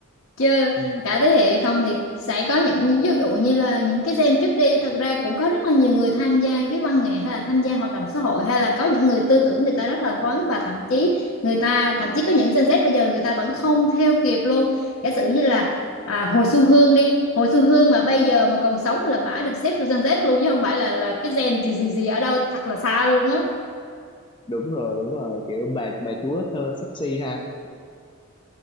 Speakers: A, on the left; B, on the left.
A: chứ
B: ừ,
A: cả thế hệ không thì sẽ có những ví dụ như là những cái gen trước đi thật ra cũng có rất là nhiều người tham gia cái văn nghệ hay là tham gia hoạt động xã hội hay là có những người tư tưởng người ta rất là thoáng và thậm chí người ta thậm chí có những Gen Z bây giờ người ta vẫn không theo kịp luôn giả sử như là à, Hồ Xuân Hương đi Hồ Xuân Hương mà bây giờ mà còn sống là bả được xếp vô Gen Z luôn chứ không phải là là cái gen gì gì gì ở đâu thật là xa luôn á
B: đúng rồi đúng rồi kiểu bà bà chúa thơ sexy ha